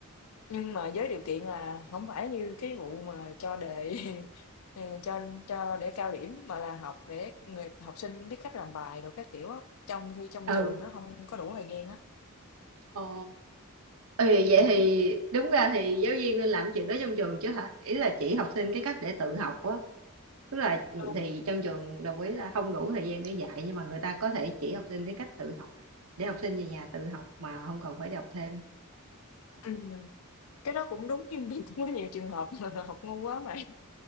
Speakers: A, on the left; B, on the right.
A: Nhưng mà với điều kiện là hổng phải như cái vụ mà cho đề <laughs> ờ, cho cho để cao điểm, mà là học để người học sinh biết cách làm bài đồ các kiểu á, trong khi trong
B: ừ
A: trường nó hông có đủ thời gian á.
B: ờ Ừ,
A: Ừm.
B: vậy thì đúng ra thì giáo viên nên làm chuyện đó trong trường chứ hả? Ý là chỉ học sinh cái cách để tự học á. Tức là ừ,
A: Ừ.
B: thì trong trường đồng ý là không đủ thời gian để dạy nhưng mà người ta có thể chỉ học sinh cái cách tự học để học sinh về nhà tự học mà không cần phải đi học thêm.
A: Ừm, cái đó cũng đúng nhưng mà <laughs> cũng có nhiều trường hợp là học ngu quá mà. <laughs>